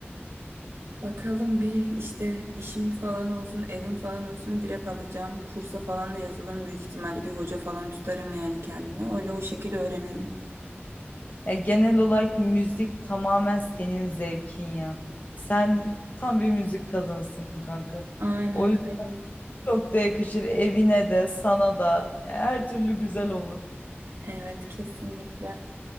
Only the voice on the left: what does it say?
Ya genel olarak müzik tamamen senin zevkin ya. Sen tam bir müzik kadınsın kanka.
O yüzden
çok da yakışır evine de sana da. Ya her türlü güzel olur.